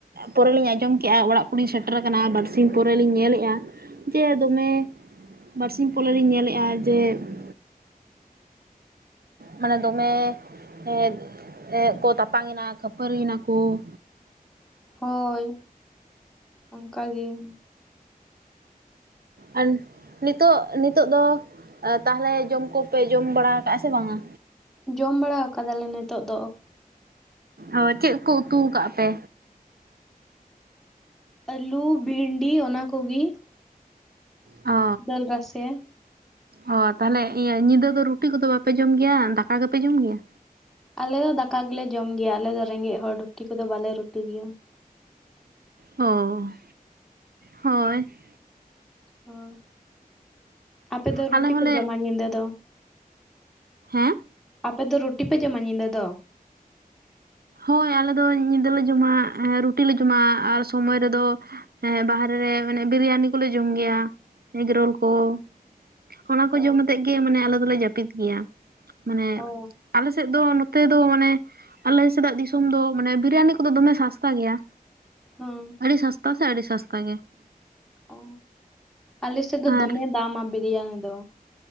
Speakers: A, on the right; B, in the centre.
A: ᱯᱚᱨᱮ ᱞᱤᱧ ᱟᱸᱡᱚᱢ ᱠᱮᱜᱼᱟ ᱚᱲᱟᱜ ᱠᱚ ᱞᱤᱧ ᱥᱮᱴᱮᱨ ᱠᱟᱱᱟ ᱵᱟᱨᱥᱤᱧ ᱯᱚᱨᱮ ᱞᱤᱧ ᱧᱮᱞᱮᱫᱼᱟ ᱼᱼ ᱡᱮ ᱫᱚᱢᱮᱼᱼ ᱵᱟᱨ ᱥᱤᱧ ᱯᱚᱞᱮ ᱞᱤᱧ ᱧᱮᱞᱮᱫᱼᱟ ᱡᱮ ᱼᱼ ᱢᱟᱱᱮ ᱫᱚᱢᱮ ᱮᱸ ᱮᱸ ᱠᱚ ᱛᱟᱯᱟᱝ ᱮᱱᱟ ᱠᱷᱟᱹᱯᱟᱹᱨᱤ ᱮᱱᱟ ᱠᱚ ᱾
B: ᱦᱳᱭ ᱚᱱᱠᱟ ᱜᱮ ᱾
A: ᱟᱨ ᱱᱤᱛᱚᱜ ᱱᱤᱛᱚᱜ ᱫᱚ ᱼᱼ ᱛᱟᱦᱚᱞᱮ ᱡᱚᱢ ᱠᱚ ᱯᱮ ᱡᱚᱢ ᱵᱟᱲᱟ ᱠᱟᱜᱼᱟ ᱥᱮ ᱵᱟᱝᱟ?
B: ᱡᱚᱢ ᱵᱟᱲᱟ ᱟᱠᱟᱫᱟᱞᱮ ᱱᱤᱛᱚᱜ ᱫᱚ ᱾
A: ᱚ ᱪᱮᱫ ᱠᱚ ᱩᱛᱩᱣ ᱠᱟᱜ ᱯᱮ?
B: ᱟᱹᱞᱩ ᱵᱷᱤᱱᱰᱤ ᱚᱱᱟ ᱠᱚ ᱜᱤ ᱾
A: ᱚ
B: ᱫᱟᱹᱞ ᱨᱟᱥᱮ ᱾
A: ᱚ ᱛᱟᱦᱚᱞᱮ ᱤᱭᱟᱹ ᱧᱤᱫᱟᱹ ᱫᱚ ᱨᱩᱴᱤ ᱠᱚ ᱫᱚ ᱵᱟᱯᱮ ᱡᱚᱢ ᱜᱮᱭᱟ ᱫᱟᱠᱟ ᱜᱮᱯᱮ ᱡᱚᱢ ᱜᱮᱭᱟ?
B: ᱟᱞᱮ ᱫᱚ ᱫᱟᱠᱟ ᱜᱮᱞᱮ ᱡᱚᱢ ᱜᱮᱭᱟ ᱟᱞᱮ ᱫᱚ ᱨᱮᱸᱜᱮᱡ ᱦᱚᱲ ᱨᱩᱴᱤ ᱠᱚ ᱫᱚ ᱵᱟᱞᱮ ᱨᱩᱴᱤ ᱜᱮᱭᱟ ᱾
A: ᱚᱻ ᱦᱳᱭ ᱾
B: ᱦᱳᱭ ᱟᱯᱮ ᱫᱚ
A: ᱟᱞᱮ
B: ᱨᱩᱴᱤ
A: ᱦᱚᱸᱞᱮ
B: ᱯᱮ ᱡᱚᱢᱟ ᱧᱤᱫᱟᱹ ᱫᱚ?
A: ᱦᱮᱸ?
B: ᱟᱯᱮ ᱫᱚ ᱨᱩᱴᱤ ᱯᱮ ᱡᱚᱢᱟ ᱧᱤᱫᱟᱹ ᱫᱚ?
A: ᱦᱳᱭ ᱟᱞᱮ ᱫᱚ ᱧᱤᱫᱟᱹᱞᱮ ᱡᱚᱢᱟ ᱨᱩᱴᱤ ᱞᱮ ᱡᱚᱢᱟ ᱟᱨ ᱼᱼ ᱥᱚᱢᱚᱭ ᱨᱮᱫᱚ ᱵᱟᱦᱨᱮ ᱨᱮ ᱵᱤᱨᱭᱟᱱᱤ ᱠᱚᱞᱮ ᱡᱚᱢ ᱜᱮᱭᱟ ᱮᱜᱽᱨᱳᱞ ᱠᱚ ᱾ ᱚᱱᱟ ᱠᱚ ᱡᱚᱢ
B: ᱚ
A: ᱠᱟᱛᱮᱜ ᱜᱮ ᱟᱞᱮ ᱫᱚᱞᱮ ᱡᱟᱹᱯᱤᱫ ᱜᱮᱭᱟ ᱢᱟᱱᱮ
B: ᱚ
A: ᱼᱼ ᱟᱞᱮ ᱥᱮᱫ ᱫᱚ ᱱᱚᱛᱮ ᱫᱚ ᱢᱟᱱᱮ ᱟᱞᱮ ᱼᱼ ᱥᱮᱫᱟᱜ ᱫᱤᱥᱚᱢ ᱫᱚ ᱢᱟᱱᱮ ᱵᱤᱨᱤᱭᱟᱱᱤ ᱠᱚᱫᱚ ᱫᱚᱢᱮ ᱥᱟᱥᱛᱟ ᱜᱮᱭᱟ?
B: ᱚ ᱾
A: ᱟᱹᱰᱤ ᱥᱟᱥᱛᱟ ᱥᱮ ᱟᱹᱰᱤ ᱥᱟᱥᱛᱟ ᱜᱮ ᱾
B: ᱚ, ᱟᱞᱮ ᱥᱮᱫ ᱫᱚ ᱫᱚᱢᱮ
A: ᱟᱨ
B: ᱫᱟᱢᱟ ᱵᱨᱤᱭᱟᱱᱤ ᱫᱚ